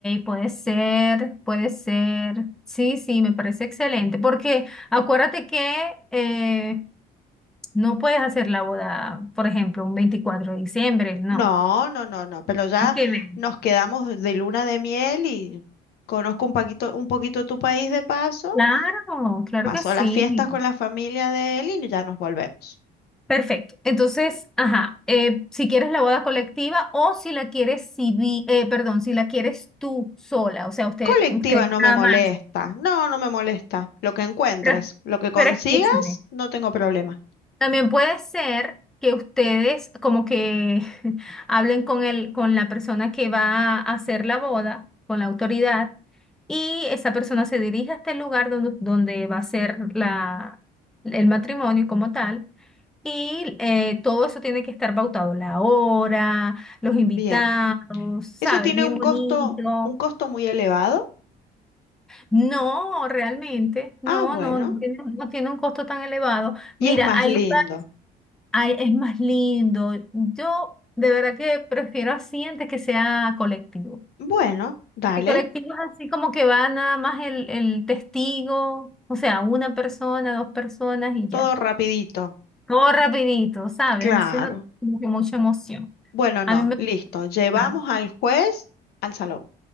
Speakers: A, in the centre; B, on the left (about 75°).
A: puede ser, puede ser. Sí, sí, me parece excelente. Porque acuérdate que eh, no puedes hacer la boda, por ejemplo, un 24 de diciembre, no.
B: No, no, no, no, pero ya
A: ¿A qué ver?
B: nos quedamos de luna de miel y conozco un poquito, un poquito tu país de paso,
A: Claro, claro
B: paso
A: que sí.
B: las fiestas con la familia de él y ya nos volvemos.
A: Perfecto. Entonces, ajá, eh, si quieres la boda colectiva o si la quieres civi- eh, perdón, si la quieres tú sola, o sea, usted,
B: Colectiva
A: usted
B: no
A: nada
B: me molesta,
A: más.
B: no, no me molesta. Lo que encuentres,
A: Pero,
B: lo que consigas,
A: pero escúchame.
B: no tengo problema.
A: También puede ser que ustedes como que <laughs> hablen con el, con la persona que va a hacer la boda, con la autoridad, y esa persona se dirige hasta el lugar donde, donde va a ser la, el matrimonio como tal Y eh, todo eso tiene que estar pautado, la hora, los invitados,
B: Bien,
A: ¿sabes?
B: ¿eso tiene
A: Bien
B: un
A: bonito.
B: costo, un costo muy elevado?
A: No, realmente, no,
B: Ah, bueno,
A: no, no tiene, no tiene un costo tan elevado.
B: y
A: Mira,
B: es más
A: hay
B: lindo.
A: lugar, hay- es más lindo. Yo de verdad que prefiero así antes que sea colectivo.
B: Bueno, dale,
A: Y colectivo es así como que va nada más el, el testigo, o sea, una persona, dos personas y ya.
B: todo rapidito.
A: Todo rapidito, ¿sabes?
B: Claro.
A: Entonces no tiene como que mucha emoción.
B: Bueno,
A: A
B: no,
A: mí me
B: listo.
A: gusta.
B: Llevamos al juez al salón.